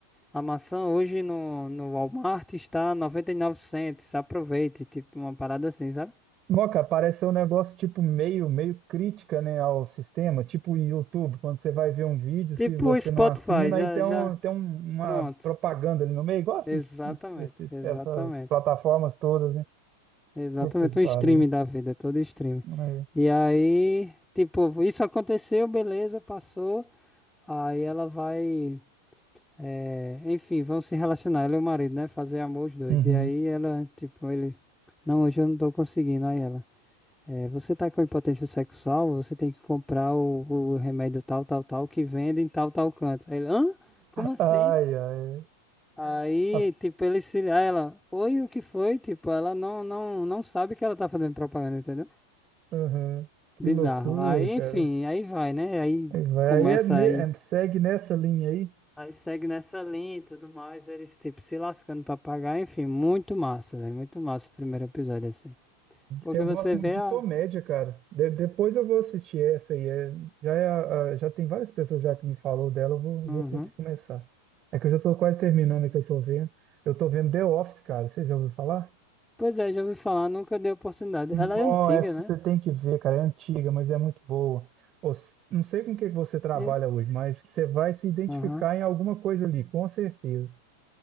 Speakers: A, in the centre; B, on the right.
A: a maçã hoje no, no Walmart está 99 cents, aproveite, tipo, uma parada assim, sabe?
B: Moca, parece ser um negócio tipo meio, meio crítica, né, ao sistema, tipo o YouTube, quando você vai ver um vídeo, se
A: Tipo
B: você
A: o Spotify,
B: não assina,
A: já,
B: aí tem,
A: já,
B: um, tem um- uma
A: pronto.
B: propaganda ali no meio, igual esses,
A: Exatamente,
B: esses-
A: exatamente.
B: essas plataformas todas, né?
A: Exatamente,
B: Puta que pariu.
A: um stream da vida, é todo stream.
B: É.
A: E aí, tipo, isso aconteceu, beleza, passou. Aí ela vai, eh, enfim, vão se relacionar, ela e o marido, né? Fazer amor os dois.
B: Uhum.
A: E aí ela, tipo, ele, não, hoje eu não tô conseguindo. Aí ela, eh, você tá com impotência sexual, você tem que comprar o, o remédio tal, tal, tal, que vende em tal, tal canto. Aí ele, hã? Como assim?
B: Ai, ai.
A: Aí,
B: A-
A: tipo, ele se. Aí ela, oi, o que foi? Tipo, ela não, não, não sabe que ela tá fazendo propaganda, entendeu?
B: uhum. Que
A: Bizarro.
B: loucura,
A: Aí,
B: cara.
A: enfim, aí vai, né? Aí
B: Aí vai,
A: começa
B: aí é ne-
A: aí.
B: é- segue nessa linha aí.
A: Aí segue nessa linha e tudo mais, eles tipo se lascando pra pagar, enfim, muito massa, velho, muito massa o primeiro episódio assim. Porque
B: É. Eu
A: você
B: gosto muito
A: vê
B: de
A: a.
B: comédia, cara. De- depois eu vou assistir essa aí. É- já, é a- a- já tem várias pessoas já que me falou dela, eu vou,
A: Uhum.
B: vou ter que começar. É que eu já tô quase terminando o que eu tô vendo. Eu tô vendo The Office, cara. Você já ouviu falar?
A: Pois é, já ouvi falar, nunca dei oportunidade.
B: Não,
A: Ela é antiga,
B: essa
A: né?
B: você tem que ver, cara. É antiga, mas é muito boa. Os- Não sei com o que que você trabalha
A: E...
B: hoje, mas você vai se identificar
A: Uhum.
B: em alguma coisa ali, com certeza.